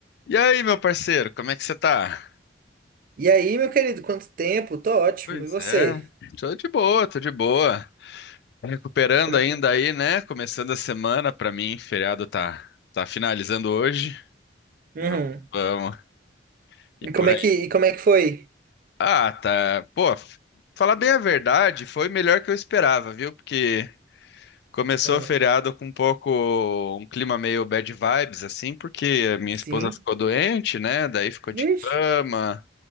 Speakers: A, on the left; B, on the right.
A: E aí, meu parceiro, como é que você tá?
B: E aí, meu querido, quanto tempo? Tô ótimo.
A: Pois
B: E você?
A: é, tô de boa, tô de boa. Recuperando
B: Como
A: ainda
B: é...
A: aí, né? Começando a semana pra mim, feriado tá tá finalizando hoje.
B: Uhum.
A: E vamos, vamos. E por
B: E como
A: aí.
B: é que, e como é que foi?
A: Ah, tá. Pô, f- falar bem a verdade, foi melhor que eu esperava, viu? Porque começou
B: Ah,
A: o feriado com um pouco um clima meio bad vibes assim, porque a minha
B: sim.
A: esposa ficou doente, né? Daí ficou de
B: Vixe.
A: cama.